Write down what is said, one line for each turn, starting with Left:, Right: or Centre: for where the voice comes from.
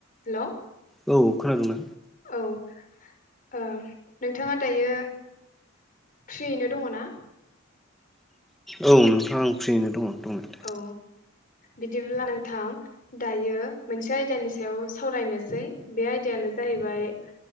Left: हेलौ
Centre: औ खोनादोंना
Left: औ ओ नोंथाङा दायो फ्रियैनो दङ ना?
Centre: औ नोंथां आं फ्रियैनो दङ। दंनायालाय
Left: औ बिदिब्ला नोंथां दायो मोनसे आयदानि सायाव सावरायनोसै बे आयदायानो जाहैबाय